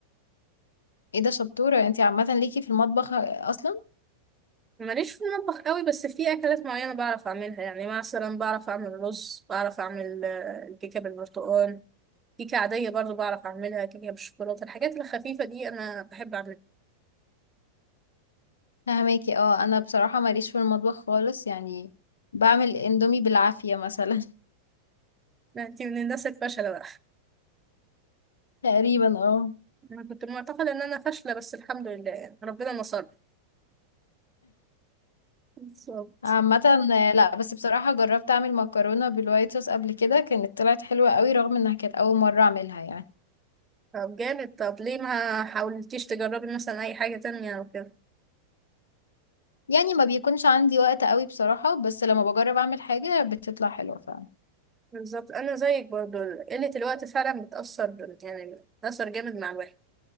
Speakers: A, on the left; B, on the right.
A: ايه ده شطورة انتي عامة ليكي في المطبخ اصلا
B: ماليش في المطبخ قوي بس في اكلات معينه بعرف اعملها يعني مثلا بعرف اعمل رز بعرف اعمل آه، الكيكه بالبرتقال كيكة عادية برضو بعرف أعملها كيكة بالشوكولاتة الحاجات الخفيفة دي أنا بحب أعملها
A: فهماكي اه انا بصراحة ماليش في المطبخ خالص يعني بعمل اندومي بالعافية مثلا
B: لا، أنت من الناس الفاشلة بقى
A: <laughs> تقريبا اه
B: أنا كنت معتقدة إن أنا فاشلة بس الحمد لله يعني ربنا نصرني بالظبط.
A: عامة آه، لا بس بصراحة جربت اعمل مكرونة بالوايت صوص قبل كده كانت طلعت حلوة قوي رغم انها كانت اول مرة اعملها يعني
B: طب جامد طب ليه ما حاولتيش تجربي مثلا أي حاجة تانية أو كده
A: يعني ما بيكونش عندي وقت قوي بصراحة بس لما بجرب اعمل حاجة بتطلع حلوة فعلا
B: بالظبط أنا زيك برضو قلة الوقت فعلا بتأثر يعني بتأثر جامد مع الواحد